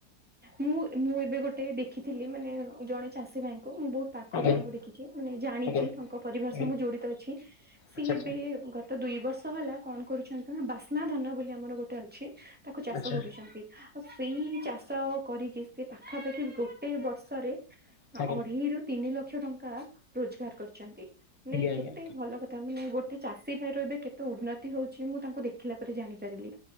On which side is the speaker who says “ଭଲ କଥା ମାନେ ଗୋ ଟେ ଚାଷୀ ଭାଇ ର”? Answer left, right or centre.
Centre